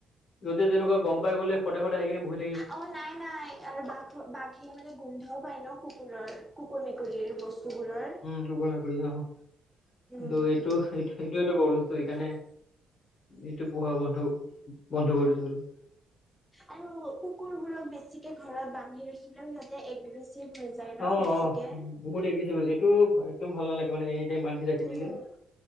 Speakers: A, on the left; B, in the centre.
A: যতে তেনেকুৱা গম পাই গ'লে সদায় সদায় আহি কিনে বহি থাক
B: অ নাই নাই আৰু বাঘ বাঘে মানে গোন্ধও পায় ন কুকুৰৰ কুকুৰ মেকুৰীৰ বস্তু বোৰৰ
A: ঘোষণা কৰি আহও
B: উম
A: ত এইটো এইটো সেইটো প্ৰব্লেম সেইকাৰণে এইটো পোহা বন্ধ বন্ধ কৰি দিছো আৰু
B: আৰু কুকুৰবোৰক বেছিকে ঘৰত বান্ধি ৰাখিলেও সিহতে অগ্ৰিছিভ হৈ যায় ন
A: অ
B: বেছিকে
A: অ বহুত অগ্ৰেশিভ হৈ যায় এইটো একদম ভাল নালাগে মানে এনি টাইম বান্ধি ৰাখি
B: উম
A: দিলে